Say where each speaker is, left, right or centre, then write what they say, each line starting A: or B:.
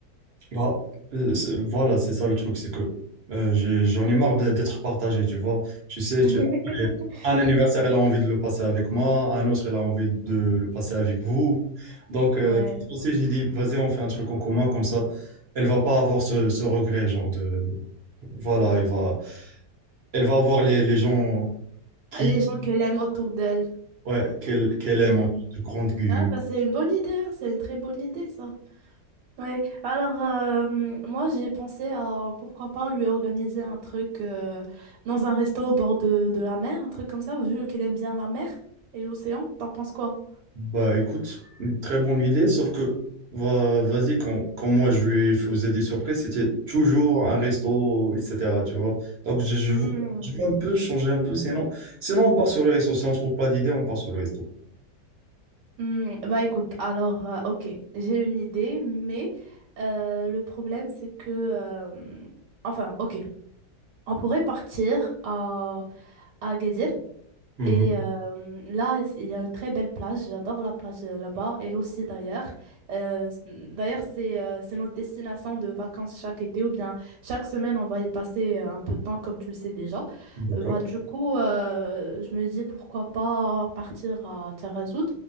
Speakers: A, on the right; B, on the right.
A: Bah, euh, c'est- voilà, c'est ça le truc, c'est que euh, j'ai- j'en ai marre de- d'être partagé, tu vois. Tu sais,
B: <laughs>
A: tu- un anniversaire, elle a envie de le passer avec moi, un autre, elle a envie de le passer avec vous. Donc, euh,
B: Ouais.
A: c'est pour ça que j'ai dit, vas-y, on fait un truc en commun, comme ça, elle va pas avoir ce, ce regret, genre de... Voilà, elle va, elle va avoir les, les gens qui,
B: Ah, Les gens qu'elle aime autour d'elle.
A: ouais, qu'elle qu'elle aime,
B: Ouais.
A: en de grandes guillemets.
B: Ah, bah c'est une bonne idée, hein, c'est une très bonne idée ça. Ouais, alors euh, moi j'ai pensé à pourquoi pas lui organiser un truc euh, dans un resto au bord de, de la mer, un truc comme ça, vu qu'elle aime bien la mer et l'océan, t'en penses quoi?
A: Bah écoute, une très bonne idée, sauf que va- vas-y, quand, quand moi je lui faisais des surprises, c'était toujours un resto, etc. Tu vois. Donc je, je,
B: Hmm.
A: veux- je veux un peu changer un peu, sinon, sinon on part sur le resto. Si on trouve pas d'idée, on part sur le resto.
B: Hmm, bah écoute, alors, euh, ok, j'ai une idée, mais euh, le problème c'est que, euh, enfin, ok, on pourrait partir à, à Agadir,
A: Mhm.
B: et euh, là, il y a une très belle plage. J'adore la plage euh, là-bas, elle aussi d'ailleurs. Euh, s- d'ailleurs, c'est euh, c'est notre destination de vacances chaque été ou bien chaque semaine, on va y passer euh, un peu de temps, comme tu le sais déjà.
A: D'accord.
B: Euh, bah, du coup, euh, je me dis pourquoi pas partir à Tarazout